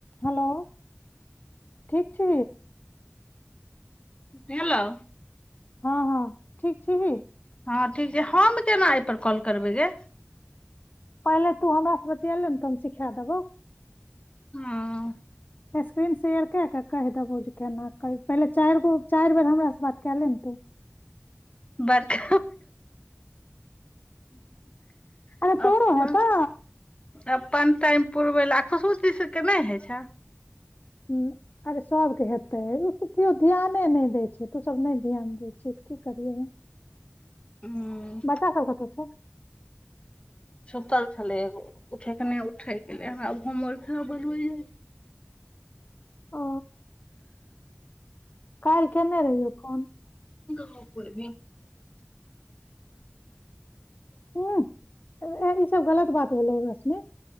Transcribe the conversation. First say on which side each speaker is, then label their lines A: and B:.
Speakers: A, on the left; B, on the left.
A: Hello ठीक छी
B: भेलौ
A: हाँ हाँ ठीक छी ही
B: हाँ ठीक छै हम केना एहिपर कॉल करबय गे
A: पहिले तू हमरासँ बतियाले ने तऽ हम सिखा देबौ
B: हाँ
A: स्क्रीन शेयर कए कऽ कहि देबहु जे केना करी पहिले चार गो चारि बेर हमरासे बात कए लेह तू <inaudible>
B: बरका
A: आ तोड़ो
B: अपन
A: हैतौ
B: अपन टाइम पुरबै ल आ खुशबुश चीशके नहि होइ छैह
A: ह अरे सभके हेतत ओ त केओ ध्यान नहि दैत छै तो सब नहि ध्यान दै छ की करियै
B: हूँ
A: बच्चा सब कतऽ छउ
B: सुतल छलै एगो ठेकने उठै गेलै बराबर होइ
A: ओ काल्हि केने रहिए फोन
B: <unintelligible>
A: हूँ, ए ई सब गलत बात भेलौ रश्मि